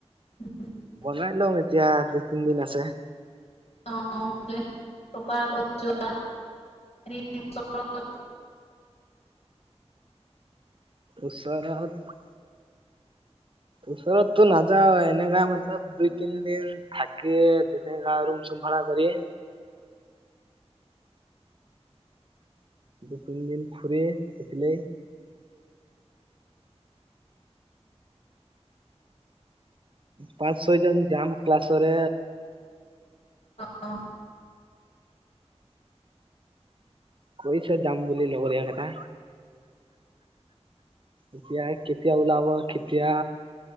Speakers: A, on the left; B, on the right.
A: উ <unintelligible>
B: বনাই লম এতিয়া দুই তিন দিন আছে।
A: অ', প আত যোৱা <unintelligible> <inaudible>
B: ওচৰত ওচৰতটো নাযাওঁ এনেকা মতলব দুই তিনদিন থাকি <unintelligible> ৰুম চুম ভাড়া কৰি দুই তিনি দিন ফুৰি এফিলে পাঁচ ছয় জন যাম ক্লাছৰে
A: অ'।
B: কৈছে যাম বুলি লগৰীয়াকেইটা। এতিয়া কেতিয়া ওলাব কেতিয়া